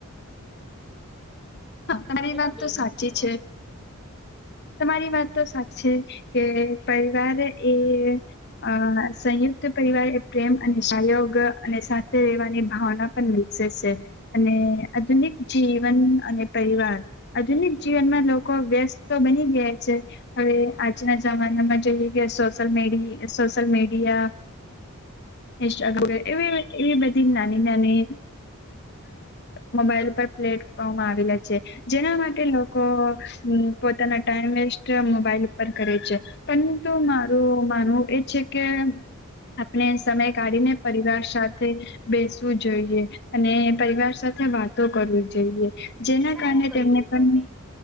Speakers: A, on the left; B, in the centre.
A: હ તમારી
B: હેલો
A: વાત
B: બેન
A: તો સાચી
B: હા
A: છે તમારી વાતો સાચી છે કે પરિવાર એ અ સંયુક્ત પરિવાર એ પ્રેમ અને સહયોગ અને સાથે રહેવાની ભાવના પણ વિકસે છે અને આધુનિક જીવન અને પરિવાર આધુનિક જીવનમાં લોકો વ્યસ્ત તો બની ગયા છે હવે આજના જમાના માં જોએ કે સોશલ મિડિયા સોશલ મીડિયા એવી એવી બધી નાની નાની મોબાઈલ પર પ્લે <unintelligible> જેના માટે લોકો પોતાના ટાઈમ વેસ્ટ મોબાઈલ ઉપર કરે છે પરંતુ મારું માનવું એ છે કે આપણે સમય કાઢીને પરિવાર સાથે બેસવું જોઈએ અને પરિવાર સાથે સાથે વાતો કરવી જોઈએ જેના
B: સારું
A: કારણે
B: કર્યું
A: તેમને પણ
B: તમે